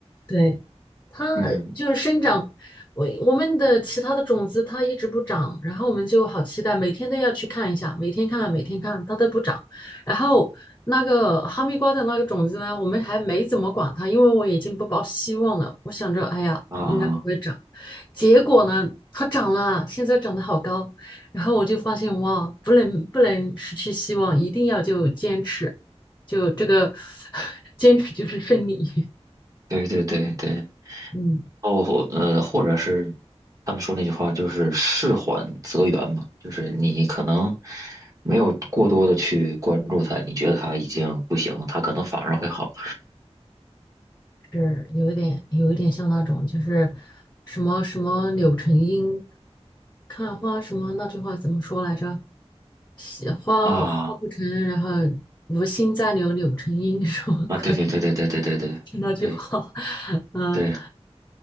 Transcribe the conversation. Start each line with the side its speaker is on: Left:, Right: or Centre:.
Left: 对，它就是生长，
Right: 嗯
Left: 我我们的其他的种子它一直不长，然后我们就好期待，每天都要去看一下，每天看，每天看，它都不长。然后那个哈密瓜的那个种子呢，我们还没怎么管它，因为我已经不抱希望了。我想着，哎呀，
Right: 啊，
Left: 应该不会长。结果呢，它长了，现在长得好高。然后我就发现，哇，不能不能失去希望，一定要就坚持，就这个 <laughs> 坚持就是胜利。<laughs>
Right: 对对对对，
Left: 嗯。
Right: 哦呃，或者是他们说那句话就是“事缓则圆”嘛，就是你可能没有过多的去关注它，你觉得他已经不行了，他可能反而会好
Left: 是有一点有一点像那种，就是什么什么柳成荫看花什么那句话怎么说来着？喜花花不成，
Right: 啊
Left: 然后无心再留柳成荫 <laughs> 什么鬼？
Right: 啊！对对对对对对对对对。
Left: <laughs> 就那句话，<laughs> 嗯，
Right: 对